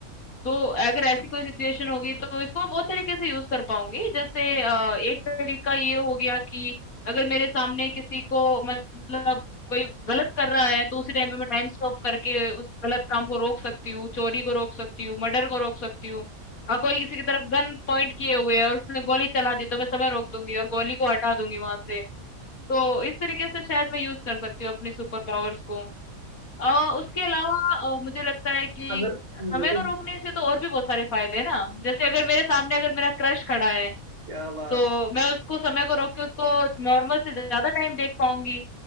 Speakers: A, on the left; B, on the right.
A: तो अगर ऐसी कोई सिचुएशन होगी तो इसको बहुत तरीके से यूज़ कर पाऊँगी। जैसे अ, एक तरीका ये हो गया कि अगर मेरे सामने किसी को मतलब कोई गलत कर रहा है तो उसी टाइम पे मैं टाइम स्टॉप करके उस गलत काम को रोक सकती हूँ, चोरी को रोक सकती हूँ, मर्डर को रोक सकती हूँ। अ, कोई किसी की तरफ गन पॉइंट किए हुए है और उसने गोली चला दी तो मैं समय रोक दूँगी और गोली को हटा दूँगी वहाँ से। तो इस तरीके से शायद मैं यूज़ कर सकती हूँ अपनी सुपर पावर्स को। अ, उसके अलावा अ, मुझे लगता है कि
B: अगर मुझे
A: समय को रोकने से तो और भी बहुत सारे फायदे हैं ना। जैसे अगर मेरे सामने अगर मेरा क्रश खड़ा है,
B: क्या बात
A: तो मैं उसको समय को रोक के उसको नॉर्मल से ज़्यादा टाइम देख पाऊँगी।